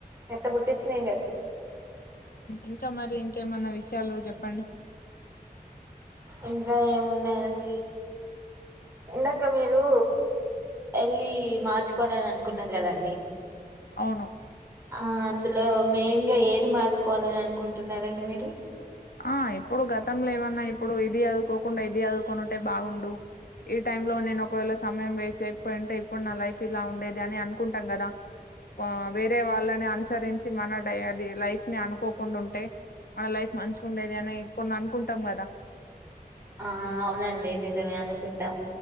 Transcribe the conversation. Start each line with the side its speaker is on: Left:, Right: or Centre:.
Right: ఎట్ట పుటిచ్చన <unintelligible>
Left: ఇంకా మరి ఇంకేమన్నా విషయాలు జెప్పండి
Right: ఇంకా ఏమున్నాయండి ఇందాక మీరు ఎళ్ళి మార్చుకోవాలని అనుకున్నారు కదండి
Left: అవును
Right: ఆ అందులో మెయిన్ గా ఏది మా <unintelligible> కోవాలని అనుకుంటున్నారండి మీరు
Left: ఆ ఇప్పుడు గతంలో ఏమన్నా ఇప్పుడు ఇది చదువుకోకుండా ఇది చదువుకోొని ఉంటే బాగుండు ఈ టైమ్ లో నేను ఒకవేళ సమయం వేస్ట్ చెయ్యాకపోయింటే ఇప్పుడు నా లైఫ్ ఇలా ఉండేది అని అనుకుంటాం గదా వా వేరే వాళ్ళని అనుసరించి మన డైయలి లైఫ్ ని అనుకోకుండా ఉంటే మన లైఫ్ మంచిగా ఉండేది అని కొన్ని అనుకుంటాం కదా
Right: ఆ అవునండి నిజమే అనుకుంటాం